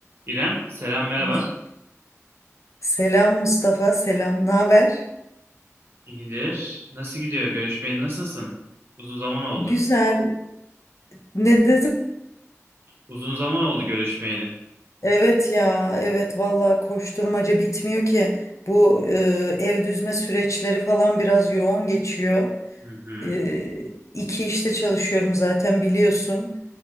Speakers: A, on the right; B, on the left.
A: İrem, selam merhaba.
B: Mus- Selam Mustafa, selam. Ne haber?
A: İyidir. Nasıl gidiyor? Görüşmeyeli nasılsın? Uzun zaman oldu.
B: Güzel. Ne dedin?
A: Uzun zaman oldu görüşmeyeli.
B: Evet ya, evet valla koşturmaca bitmiyor ki. Bu e, ev düzme süreçleri falan biraz yoğun geçiyor.
A: Hı hı.
B: E, iki işte çalışıyorum zaten biliyorsun.